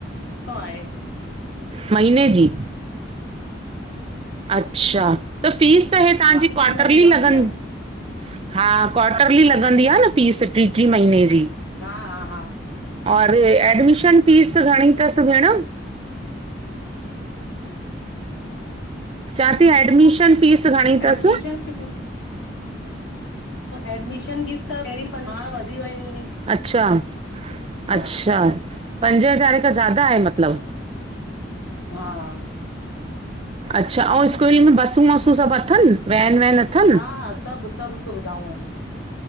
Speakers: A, on the left; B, on the right.
A: ओ आये।
B: महिने जी? अच्छा, त फीस त हे तांॼी
A: हा
B: क्वाटरली
A: टी महीने जमा
B: लॻंद
A: थींदी आहे
B: हा, क्वाटरली लॻंदी आ न फीस टीं-टीं महीने ॼी।
A: हा-हा
B: और एडमिशन फीस घणी तस भेण? चांती एडमिशन फीस घणी तस?
A: एडमिशन न्यू <unintelligible> एडमिशन फीस त पैंरीं हा वधी वई हूंदी। <unintelligible>
B: अच्छा-अच्छा
A: हा
B: पंजे हज़ार खां ज्यादा आये मतलब?
A: हा
B: अच्छा, ऐं स्कूल में बसूं, वसूं सॿ अथन वैन, वैन? अथनि?
A: हा-हा सॿ सॿ सुविधाऊं आयन।